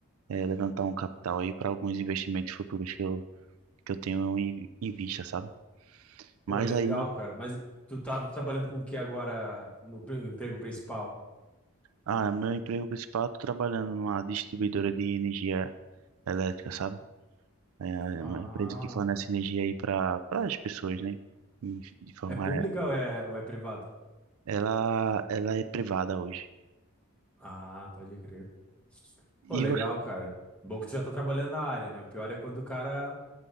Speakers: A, on the right; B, in the centre.
A: é, levantar um capital aí para alguns investimentos futuros que eu, que eu tenho em, em vista, sabe?
B: Pô,
A: Mas
B: legal,
A: aí,
B: cara. Mas tu tá trabalhando com o que agora no pri- emprego principal?
A: ah, meu emprego principal, estou trabalhando numa distribuidora de energia elétrica, sabe? É é
B: Ah,
A: uma empresa que fornece energia aí para as pessoas, né? Em- De forma,
B: é pública ou é, ou é privada?
A: ela, ela é privada hoje.
B: Ah, pode crer.
A: E
B: Pô, legal,
A: você?
B: cara. Bom que tu já tá trabalhando na área, né? O pior é quando o cara